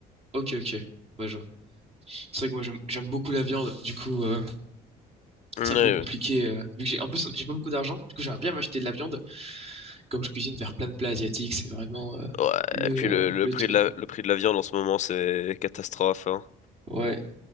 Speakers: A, on the right; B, on the left.
A: Ok, ok. Ouais, je vois. C'est vrai que moi, j'aime j'aime beaucoup la viande. Du coup, euh,
B: Oui,
A: c'est un peu compliqué.
B: oui.
A: euh, vu que j'ai, en plus, j'ai pas beaucoup d'argent. Du coup, j'aimerais bien m'acheter de la viande. Comme je cuisine vers plein de plats asiatiques, c'est vraiment euh,
B: Ouais,
A: le,
B: et puis le,
A: euh,
B: le
A: le
B: prix
A: truc,
B: de la,
A: quoi.
B: le prix de la viande en ce moment, c'est catastrophe, hein.
A: Ouais.